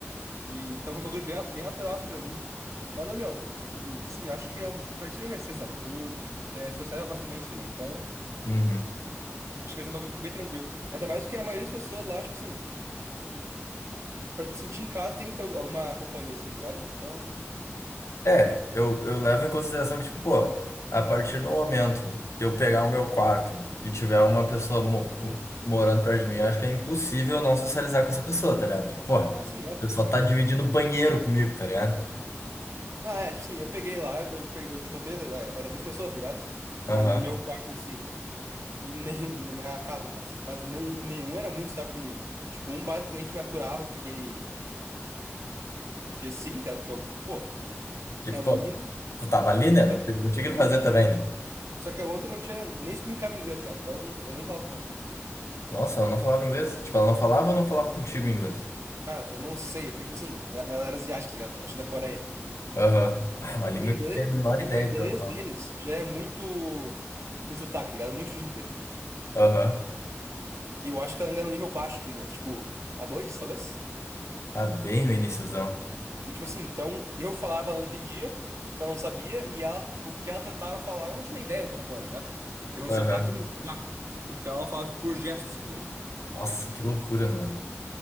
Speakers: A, on the right; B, on the left.
A: E, então foi um bagulho bem, bem natural assim, pra mim. Mas, ô, meu, tipo assim, eu acho que é um, pra ti nem vai ser, sabe? Tu te, te é sociável facilmente também, então
B: Uhum.
A: acho que vai ser um bagulho bem tranquilo. Ainda mais que a maioria das pessoas lá, tipo assim, pra te sentir em casa tem que ter alguma companhia assim, tá ligado, meu? Então,
B: É, eu, eu levo em consideração que, tipo, pô, a partir do momento que eu pegar o meu quarto e tiver uma pessoa mo- com- morando perto de mim, eu acho que é impossível não socializar com essa pessoa, tá ligado? Tipo, pô, a
A: ah, sim, óbvio,
B: pessoa
A: óbvio.
B: tá dividindo banheiro comigo, tá ligado?
A: Não, é, tipo assim, eu peguei lá, eu, pe- eu te contei, era três pessoas, tá ligado?
B: Aham.
A: Na, no meu quarto em si. E nenhum, na minha casa, no caso. Mas nem, e nenhum era muito sábio comigo. Tipo, um basicamente me aturava porque ele. Porque sim, tá ligado? Porque eu, pô,
B: Que,
A: é
B: pô,
A: o mínimo.
B: tu tava ali, né?
A: Só que,
B: Não tinha não tinha o que fazer também, né?
A: só que a outra não tinha nem se comunicava em inglês, tá ligado? Então eu nem falava com ela.
B: Nossa, ela não falava inglês? Tipo, ela não falava ou não falava contigo em inglês?
A: Cara, eu não sei. É porque, tipo assim, e- ela era asiática, tá ligado? Acho que da Coreia.
B: Aham. Ah, é uma língua
A: E o inglês,
B: que tu tem a menor
A: e
B: ideia
A: o inglês
B: do que ela fala.
A: deles já é muito. Com sotaque, tá ligado? É Muito difícil de entender.
B: Aham.
A: E eu acho que ela ainda era um nível baixo de inglês. Tipo, A2, talvez?
B: Ah, bem o iniciozão.
A: E tipo assim, então eu falava, ela não entendia, ela não sabia, e ela, o que ela tentava falar, eu não tinha nem ideia do que ela tava falando, tá ligado? Porque era um
B: Aham.
A: sotaque bizarro. Então ela falava por gestos comigo.
B: Nossa, que loucura, meu.